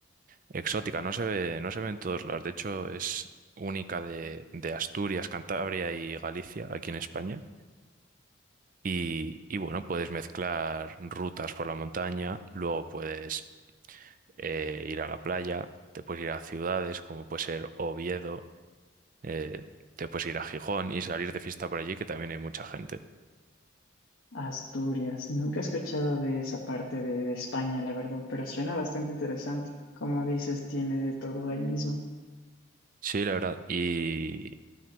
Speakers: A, on the right; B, on the left.
A: Exótica, no se ve, no se ve en todos lados. De hecho, es única de, de Asturias, Cantabria y Galicia, aquí en España. Y, y bueno, puedes mezclar rutas por la montaña, luego puedes eh, ir a la playa, te puedes ir a ciudades como puede ser Oviedo, eh, te puedes ir a Gijón y salir de fiesta por allí, que también hay mucha gente.
B: Asturias. Nunca he escuchado de esa parte de, de España, la verdad, pero suena bastante interesante. Como dices, tiene de todo ahí mismo.
A: Sí, la verdad. Y,